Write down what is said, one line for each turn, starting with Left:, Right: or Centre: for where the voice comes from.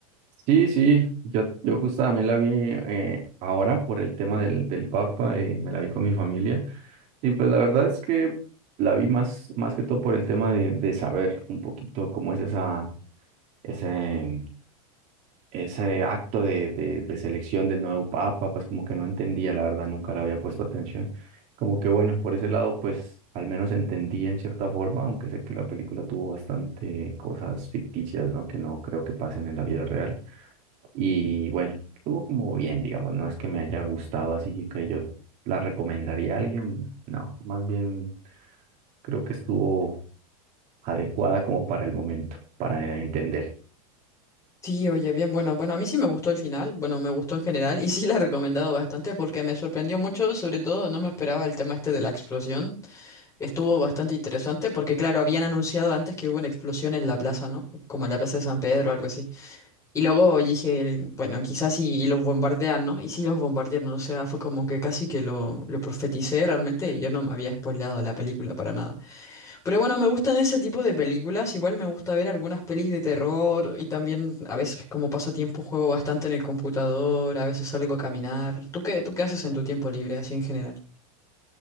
Right: Sí, sí, yo, yo justo también la vi eh, ahora por el tema del, del Papa, eh, me la vi con mi familia y pues la verdad es que la vi más, más que todo por el tema de, de saber un poquito cómo es esa, ese, ese acto de, de, de selección del nuevo Papa, pues como que no entendía, la verdad, nunca le había puesto atención. Como que bueno, por ese lado pues al menos entendí en cierta forma, aunque sé que la película tuvo bastante cosas ficticias, ¿no? Que no creo que pasen en la vida real. Y bueno, estuvo como bien, digamos, no es que me haya gustado así que yo la recomendaría a alguien, no, más bien creo que estuvo adecuada como para el momento, para entender.
Left: Sí, oye, bien, bueno, bueno, a mí sí me gustó el final. Bueno, me gustó en general y <laughs> sí la he recomendado bastante porque me sorprendió mucho. Sobre todo, no me esperaba el tema este de la explosión. Estuvo bastante interesante porque, claro, habían anunciado antes que hubo una explosión en la plaza, ¿no? Como en la plaza de San Pedro o algo así. Y luego dije, bueno, quizás y, los bombardean, ¿no? Y sí los bombardearon, o sea, fue como que casi que lo, lo profeticé realmente, yo no me había spoileado la película para nada. Pero bueno, me gustan ese tipo de películas, igual me gusta ver algunas pelis de terror y también a veces como pasatiempo juego bastante en el computador, a veces salgo a caminar. ¿Tú qué, tú qué haces en tu tiempo libre, así en general?